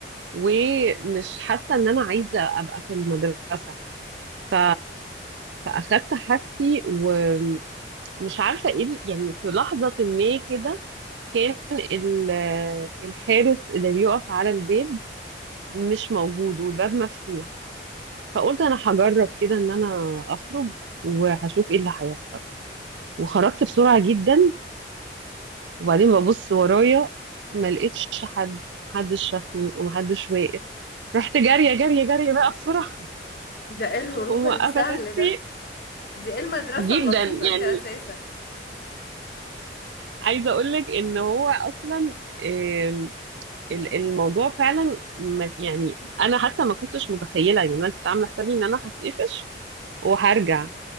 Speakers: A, on the right; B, on the left.
A: ومش حاسه ان انا عايزه ابقى في المدرسه ف فاخدت حاجتي ومش عارفه ايه ال- يعني في لحظه ما كده كان ال- الحارس اللي بيقف على الباب مش موجود والباب مفتوح فقلت انا هجرب كده ان انا اخرج وهشوف ايه اللي هيحصل وخرجت بسرعة جدا وبعدين ببص ورايا ما لقيتش حد محدش شافني ومحدش واقف رحت جارية جارية جارية بقى بسرعة
B: ده ايه
A: <laughs>
B: الهروب
A: وموقفة
B: السهل
A: تاكسي
B: ده دي ايه المدرسة
A: جدا
B: اللطيفة
A: يعني
B: دي اساسا
A: عايزة اقولك ان هو اصلا آم، ال- الموضوع فعلا ما- يعني انا حتى ما كنتش متخيلة يعني انا كنت عاملة حسابي ان انا هتقفش وهرجع